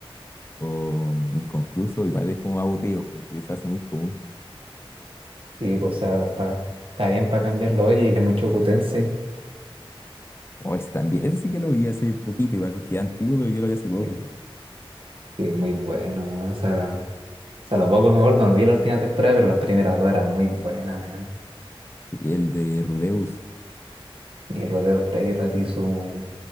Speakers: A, on the left (about 25°); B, on the right (about 65°).
A: o mm, inconcluso, igual es como aburrido, porque se hace muy común.
B: Sí, pues, o sea, pa- está bien para cambiarlo. Oye, y de Mushoku Tensei,
A: O ese también, ese sí que lo vi hace poquito, igual porque es antiguo, pero yo lo vi hace poco.
B: que, que es muy bueno, bueno. O sea, la- o sea, lo poco que me acuerdo, no vi la última temporada, pero las primeras dos eran muy buenas, weón.
A: Y el de Rudeus.
B: Y Rodeo 3 y su